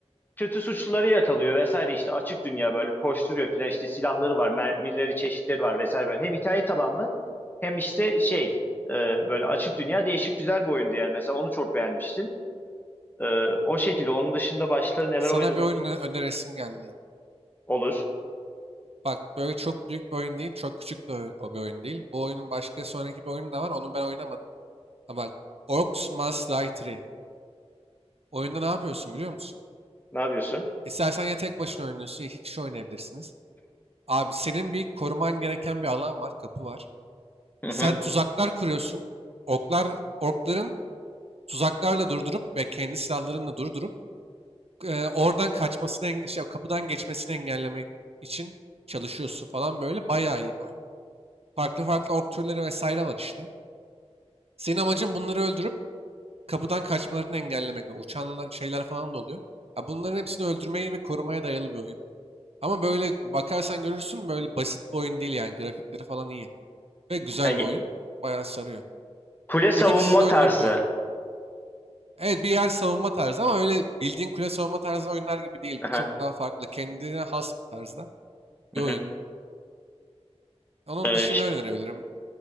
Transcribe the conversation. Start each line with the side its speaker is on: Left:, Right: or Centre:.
Left: kötü suçluları yakalıyor vesaire işte açık dünya böyle koşturuyor filan işte silahları var mermileri çeşitleri var vesaire böyle hem hikaye tabanlı hem işte şey e, böyle açık dünya değişik güzel bir oyundu yani mesela onu çok beğenmiştim. E, o şekilde onun dışında başka neler
Right: Sana
Left: oynadım
Right: bir oyun ö- önerisim geldi.
Left: olur.
Right: Bak böyle çok büyük bir oyun değil. Çok küçük de oy- o bir oyun değil. Bu oyunun başka sonraki bir oyunu da var. Onu ben oynamadım. Ama bak Orcs Must Die 3. Oyunda ne yapıyorsun biliyor musun?
Left: Ne yapıyorsun?
Right: İstersen ya tek başına oynuyorsun, iki kişi oynayabilirsiniz. Abi senin bir koruman gereken bir alan var, kapı var.
Left: Hı
Right: Sen
Left: hı.
Right: tuzaklar kuruyorsun. Oklar, orkların tuzaklarla durdurup ve kendi silahlarınla durdurup e, oradan kaçmasını, enge- şey, kapıdan geçmesini engellemek için çalışıyorsun falan böyle. Bayağı iyi bir oyun. Farklı farklı ork türleri vesaire var işte. Senin amacın bunları öldürüp kapıdan kaçmalarını engellemek ve uçan şeyler falan da oluyor. Ya bunların hepsini öldürmeyi ve korumaya dayalı bir oyun. Ama böyle bakarsan görürsün böyle basit bir oyun değil yani grafikleri falan iyi. Ve güzel
Left: Yani
Right: bir oyun. Bayağı sarıyor.
Left: kule savunma
Right: İki kişi de oynanabiliyor.
Left: tarzı.
Right: Evet bir yer savunma tarzı ama öyle bildiğin kule savunma tarzı oyunlar gibi değil.
Left: Aha,
Right: Bu çok daha farklı. Kendine has bir tarzda bir
Left: Hı hı.
Right: oyun. Onun
Left: E,
Right: dışında
Left: ş-
Right: önerebilirim.